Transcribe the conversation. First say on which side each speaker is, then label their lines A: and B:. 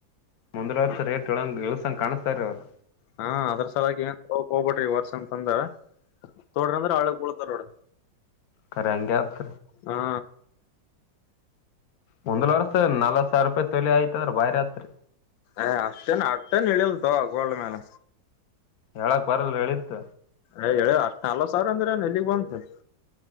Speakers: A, on the left; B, on the left.
A: ಮುಂದಲ ವರ್ಷ ರೇಟ್ ಇಳಂಗ ಇಳಸಂಗ ಕಾಣಸ್ತಾರ ರೀ ಅವ್ರು
B: ಹಾ ಅದರ ಸಲಾಗಿ ಏನ್ ತಗೋಕ ಹೋಗ್ಬಟ್ರಿ ಈ ವರ್ಷ ಅಂತ ತಗೊಂಡ್ರ ಅಂದ್ರ ಹಳಗ್ ಬೀಳ್ತರಾ ನೋಡ
A: ಕರೆ ಹಂಗಅಕ್ಕ
B: ಹಾ
A: ಮುಂದ್ಲ ವರ್ಸ ನಲ್ವತ್ ಸಾವಿರ ರೂಪಾಯಿ ತೊಲಿ ಆಯ್ತಂದ್ರ ಬಾಯ ಹತ್ರಿ
B: ಏ ಅಷ್ಟೇನ್ ಅಷ್ಟೇನ್ ಇಳಿಯಲ್ ತಗೋ ಗೋಲ್ಡ್ ಮ್ಯಾನ್
A: ಹೇಳಕ್ ಬರಲ್ ಇಳಿಯತ್
B: ಅಯ್ಯ ಹೇಳ ಅಷ್ಟ ನಾಲವತ್ತ ಸಾವಿರ ಅಂದ್ರ ಎಲ್ಲಿಗ್ ಬಂತ